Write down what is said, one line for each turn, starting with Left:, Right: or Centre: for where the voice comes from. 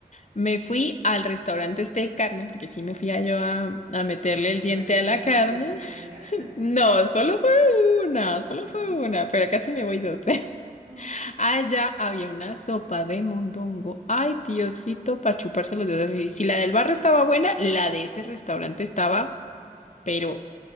Left: me fui al restaurante este de carne, porque sí me fui a yo a, a meterle
Right: Como
Left: el diente
Right: tres
Left: a
Right: veces
Left: la carne.
Right: se fue allá.
Left: No, solo fue una, solo
Right: <laughs> ¿Una?
Left: fue una, pero casi me voy dos. <laughs>
Right: no
Left: Allá había una sopa de mondongo. Ay, Diosito, para chuparse los dedos. Si, si la del barrio estaba buena, la de ese restaurante estaba, pero